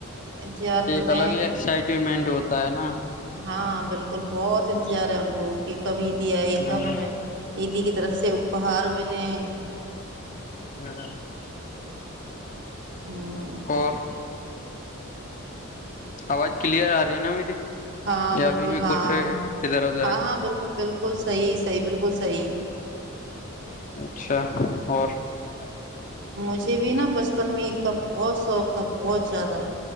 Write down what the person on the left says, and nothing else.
ایک
الگ
ہی
ایکسائٹمنٹ ہوتا ہے نا
ہ
ہ
اور <inaudible> آواز کلیئر آ رہی ہے نا میری <unintelligible>
یا
ابھی بھی
کچھ ادھر ادھر
ہے
اچھا اور <unintelligible>